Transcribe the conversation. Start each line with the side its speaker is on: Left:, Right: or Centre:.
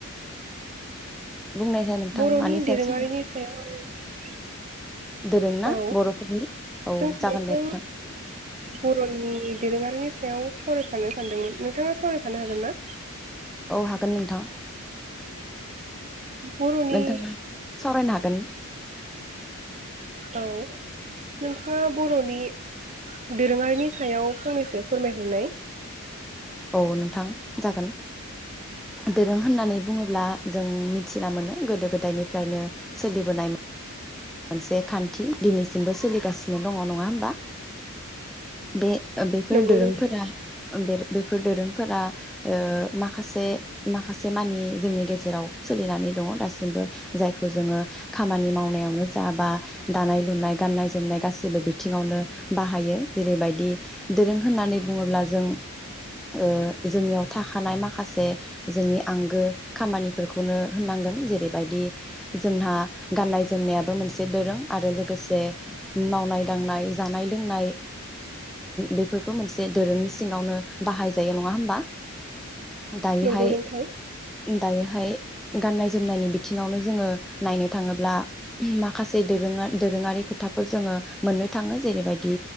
Centre: बुंनायसाय नोंथां
Right: बरनि
Centre: मानि सायाव
Right: दोरोङारिनि
Centre: सावरायनो
Right: सायाव
Centre: दोरों ना
Right: औ
Centre: बर'फोरनि औ
Right: जों सानैजों
Centre: जागोन दे नोंथां
Right: बरनि दोरोङारिनि सायाव सावरायफानो सानदोंमोन नोंथाङा सावरायफानो हागोन ना
Centre: औ हागोन नोंथां
Right: बर'नि
Centre: नोंथाङा सावरायनो हा गोन
Right: औ नोंथाङा बरनि दोरोङारिनि सायाव फंनैसो फोरमायहरनाय
Centre: औ नोंथां जागोन दोरों होननानै बुङोब्ला जों मिथिना मोनो गोदो गोदायनिफ्रायनो सोलिबोनाय मोनसे खान्थि दिनैसिमबो सोलिगासिनो दङ नङा होमबा बे बेफोर
Right: नंगौ
Centre: दोरोंफोरा
Right: नोंथां
Centre: बे बेफोर दोरोंफोरा ओ माखासे माखासे मानि जोंनि गेजेराव सोलिनानै दङ दासिमबो जायखौ जोङो खामानि मावनायावनो जाबा दानाय लुनाय गान्नाय जोमनाय गासैबो बिथिङावनो बाहायो जेरैबायदि दोरों होननानै बुङोब्ला जों ओ जोंनियाव थाखानाय माखासे जोंनि आंगो खामानिफोरखौनो होननांगोन जेरैबायदि जोंहा गाननाय जोम नेप बो मोनसे दोरों आरो लोगोसे मावनाय दांनाय जानाय लोंनाय बेफोरबो मोनसे दोरोंनि सिङावनो बाहाय जायो नङा होमबा? दायोहाय
Right: नंगौ नोंथां
Centre: <inaudible> दायोहाय गाननाय जोमनायनि बिथिङावनो जोङो नायनो थाङोब्ला माखासे दोरोङा दोरोङारि खोथाफोर जोङो मोननो थाङो जेरैबायदि